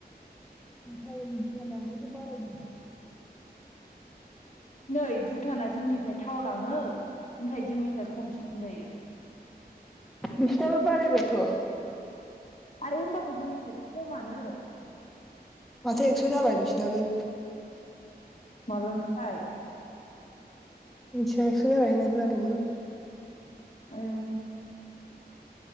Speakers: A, in the centre; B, on the left.
A: <inaudible> टाइम भुटानावबोथ बारायबाय।
B: नै भुटाना जोंनिफ्राय थाव लाङो नाथाय जोंनिफ्राय खमसिन जायो।
A: बिसिनाबो बारायबायथ।
B: आरो होम्बाबो जोंनिफ्रायथ खमानो।
A: माथो एकस जाबाय बिसनाबो।
B: माब्लानिफ्राय।
A: मिथिया एकस जाबाय होननाय खोनादोंमोन आं।
B: आयौ।